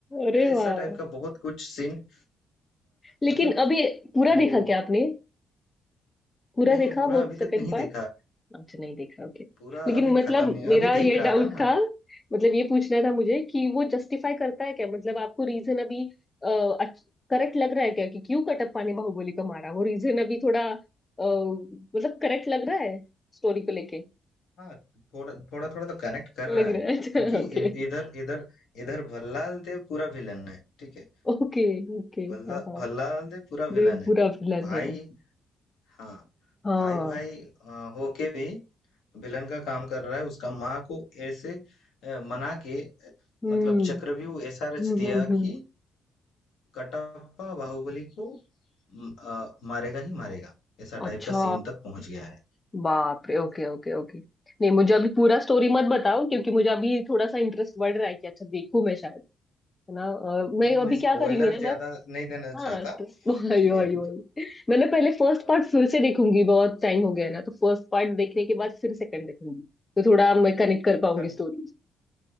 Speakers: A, on the left; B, on the left.
A: अरे
B: ऐसा
A: वाह
B: टाइप का बहुत कुछ सीन
A: लेकिन
B: मतलब
A: अभी पूरा
B: जो
A: देखा क्या आपने पूरा
B: नहीं
A: देखा
B: नहीं पूरा
A: वो
B: अभी
A: सेकंड
B: तक नहीं
A: पार्ट
B: देखा
A: अच्छा नहीं देखा ओके
B: पूरा
A: लेकिन
B: अभी
A: मतलब
B: खत्म नहीं
A: मेरा
B: अभी देख
A: ये
B: रहा
A: डाउट
B: था ना
A: था मतलब ये पूछना था मुझे कि वो जस्टिफाई करता है क्या मतलब आपको रीजन अभी करेक्ट लग रहा है क्या कि क्यों कटप्पा ने बाहुबली को मारा वो रीजन अभी थोड़ा अ, मतलब करेक्ट लग रहा है स्टोरी को लेके
B: हाँ थोड़ा थोड़ा थोड़ा तो कनेक्ट कर रहा
A: लग
B: है
A: रहा है अच्छा
B: क्योंकि
A: ओके
B: इ- इधर इधर इधर भल्लाल देव पूरा विलन है ठीक है
A: ओके ओके
B: भल्ला
A: हाँ हाँ
B: भल्लाल दे पूरा
A: देव
B: विलन है
A: बुरा विलन
B: भाई
A: है
B: हाँ
A: हाँ
B: भाई भाई आ, होके भी विलन का काम कर रहा है उसका माँ को ऐसे अ, मना के
A: हम्म
B: मतलब चक्रव्यूह ऐसा रच
A: हम्म
B: दिया
A: हम्म हम्म।
B: कि कटप्पा बाहुबली को म, अ, मारेगा ही मारेगा ऐसा
A: अच्छा
B: टाइप का सीन तक पहुंच गया है
A: बाप रे ओके ओके ओके नहीं मुझे अभी पूरा स्टोरी मत बताओ क्योंकि मुझे अभी थोड़ा सा इंटरेस्ट बढ़ रहा है कि अच्छा देखूं मैं शायद है ना अ, मैं
B: हाँ, मैं
A: अभी
B: स्पॉइलर
A: क्या करेंगी ना
B: ज्यादा
A: मैं
B: नहीं देना
A: हाँ
B: चाहता
A: stress- <laughs> अयो
B: ठीक है
A: अयो अयो। मैंने पहले फर्स्ट
B: अ,
A: पार्ट फिर से देखूंगी बहुत टाइम हो गया ना तो फर्स्ट पार्ट देखने के बाद फिर सेकंड देखूंगी तो थोड़ा मैं कनेक्ट कर पाऊंगी
B: हाँ
A: स्टोरी